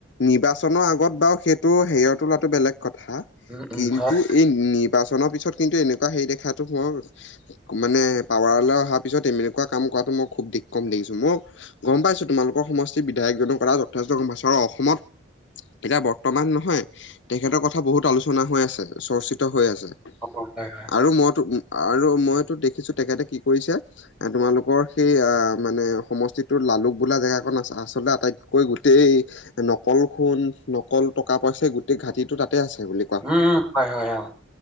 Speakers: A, on the left; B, in the centre.
A: নিৰ্বাচনৰ আগত বাৰু সেইটো হেৰি তোলাটো বেলেগ কথা
B: উম উম
A: কিন্তু
B: হয়
A: এই নিৰ্বাচনৰ পিছত কিন্তু এনেকুৱা হেৰি দেখাটো বৰ মানে পাৱাৰলৈ অহাৰ পিছত এনেকুৱা কাম কৰাটো মই খুব দি কম দেখিছোঁ মোক গম পাইছোঁ তোমালোকৰ সমষ্টিৰ বিধায়কজনৰ কথা যথেষ্ট গম পাইছোঁ আৰু অসমত এতিয়া বৰ্তমান নহয়, তেখেতৰ কথা বহুত আলোচনা হৈ আছে। চৰ্চিত হৈ আছে
B: অ হয় হয়
A: আৰু মইতো আৰু মইতো দেখিছোঁ তেখেতে কি কৰিছে তোমালোকৰ সেই অ' মানে সমষ্টিটোৰ লালুক বোলা জেগাখনন আ আচলতে আটাইতকৈ গোটেই নকল সোণ, নকল টকা-পইচা গোটেই ঘাটিটো তাতে আছে বোলে।
B: উম হয়-হয় অ'